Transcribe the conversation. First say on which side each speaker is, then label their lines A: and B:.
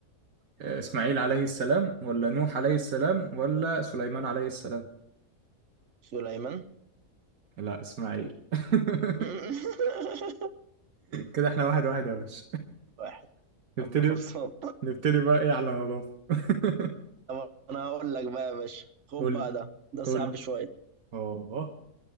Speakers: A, on the right (about 80°); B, on the right (about 60°).
A: اسماعيل عليه السلام ولا نوح عليه السلام ولا سليمان عليه السلام
B: سليمان
A: لا اسماعيل <laughs>
B: <laughs>
A: كده احنا واحد واحد يا باشا
B: واحد
A: <laughs> نبتدي
B: اما خلصان
A: نبتدي بقى ايه على نظافة <laughs>
B: طب انا هقول لك بقى يا باشا خد
A: قول
B: بقى
A: لي-
B: ده ده صعب
A: قول لي.
B: شويه
A: اه